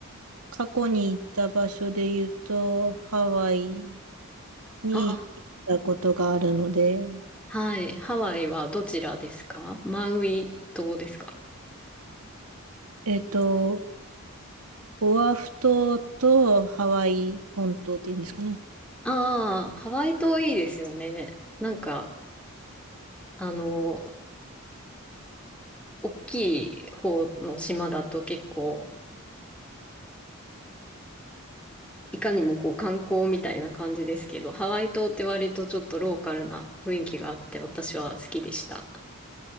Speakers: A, on the right; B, in the centre.
A: 過去に行った場所で言うと、ハワイに行ったことがあるので、
B: あ、はい。ハワイはどちらですかマウイ島ですか
A: えっと、オアフ島とハワイ本島っていうんですかね。
B: ああ、ハワイ島いいですよね。なんか、あの、大きい方の島だと結構、いかにもこう観光みたいな感じですけど、ハワイ島って割とちょっとローカルな雰囲気があって私は好きでした。